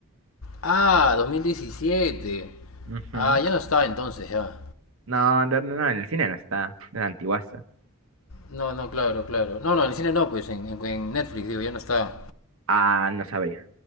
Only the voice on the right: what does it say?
Ujú.
No, no, no, no, en el cine no está, en la antiguaza.
Ah, no sabría.